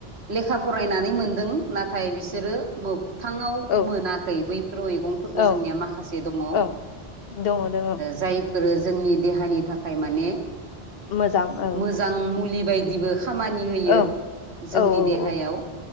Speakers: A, on the right; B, on the left.
A: लेखा फरायनानै मोन्दों नाथाय बिसोरो मोगथाङाव
B: औ
A: मोनाखै बै मैगंफोरबो
B: औ
A: जोंनिया माखासे दङ' ओ
B: औ दङ दङ
A: जायफोरो जोंनि देहानि थाखाय माने
B: मोजां औ
A: मोजां मुलि बायदिबो खामानि होयो
B: औ
A: जोंनि
B: औ औ
A: देहायाव
B: औ